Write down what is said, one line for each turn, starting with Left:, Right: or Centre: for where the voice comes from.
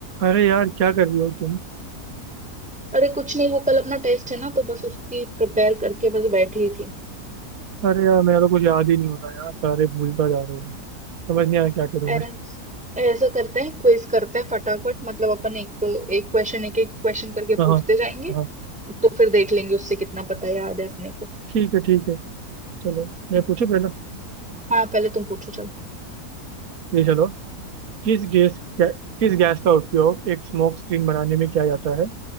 Right: अरे यार क्या कर रही हो तुम
Centre: अरे कुछ नहीं वो कल अपना टेस्ट है ना तो बस उसकी प्रिपेयर करके बस बैठी ही थी
Right: अरे यार मेरा तो कुछ याद ही नहीं हो रहा यार सारे भूलता जा रहा हूँ मैं। समझ नहीं आ रहा क्या करूँ मैं
Centre: ऐस- ऐसा करते हैं क्विज करते हैं फटाफट मतलब अपन एक एक क्वेश्चन एक एक क्वेश्चन करके
Right: हाँ
Centre: पूछते
Right: हाँ
Centre: जाएंगे
Right: हाँ,
Centre: तो फिर देख लेंगे उससे कितना पता याद है अपने को
Right: ठीक है ठीक है चलो मैं पूछूं पहला
Centre: हाँ पहले तुम पूछो चलो
Right: ये चलो किस गैस गै, किस गैस का उपयोग एक स्मोक स्क्रीन बनाने में किया जाता है